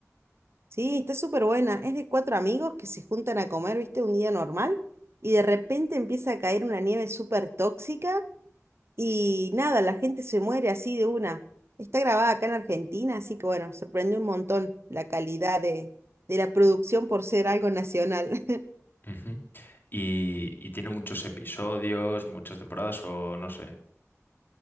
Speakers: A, on the right; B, on the left.
A: Sí, está súper buena. Es de cuatro amigos que se juntan a comer, ¿viste? Un día normal y de repente empieza a caer una nieve súper tóxica y nada, la gente se muere así de una. Está grabada acá en Argentina, así que bueno, sorprende un montón la calidad de, de la producción por ser algo nacional.
B: Ujú. Y, y tiene muchos episodios, muchas temporadas o no sé.